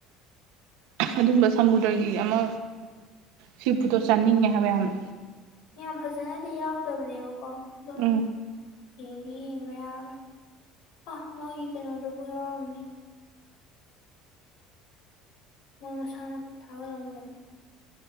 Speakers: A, on the right; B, on the left.
A: ꯑꯗꯨꯒꯝꯕ ꯁꯃꯨꯗ꯭ꯔꯒꯤ ꯑꯃ ꯁꯤ ꯐꯨꯇꯣꯛ ꯆꯥꯅꯤꯡꯉꯦ ꯍꯥꯏꯕ ꯌꯥꯝꯅ
B: ꯌꯥꯝ ꯐꯖꯅꯗꯤ ꯌꯥꯎꯗꯕꯅꯦꯕꯀꯣ ꯑꯗꯨꯝ
A: ꯎꯝ
B: ꯌꯦꯡꯗꯤ ꯌꯦꯡ ꯌꯥꯕ꯭ꯔ ꯑ ꯃꯣꯏꯒꯤ ꯀꯩꯅꯣꯗꯨꯕꯨ ꯌꯥꯎꯔꯝꯅꯤ ꯃꯣꯏ ꯃꯁꯥꯅ ꯄꯣꯊꯥꯍꯔꯝꯒꯅꯤ